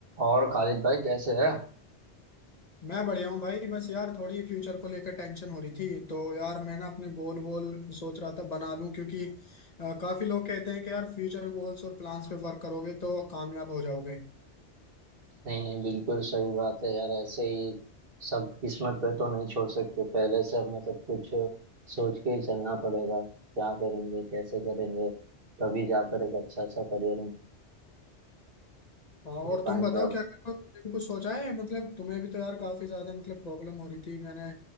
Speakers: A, on the right (about 55°); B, on the left (about 40°).
A: और खालिद भाई कैसे है
B: मैं बढ़िया हूँ भाई बस यार थोड़ी फ्यूचर को लेकर टेंशन हो रही थी तो यार मैं ना अपने गोल वोल सोच रहा था बना लूं क्योंकि अ, काफी लोग कहते हैं कि यार फ्यूचर गोल्स और प्लान्स पे वर्क करोगे तो कामयाब हो जाओगे
A: नहीं नहीं बिल्कुल सही बात है यार ऐसे ही सब किस्मत पे तो नहीं छोड़ सकते पहले से हमें सब कुछ सोच के ही चलना पड़ेगा क्या करेंगे कैसे करेंगे तभी जाकर एक अच्छा सा करियर
B: हाँ
A: दे
B: और तुम
A: पाएंगे
B: बताओ
A: हम
B: क्या कर रहे हो तुमने भी कुछ सोचा है मतलब तुम्हें भी तो यार काफी ज्यादा मतलब प्रॉब्लम हो रही थी मैंने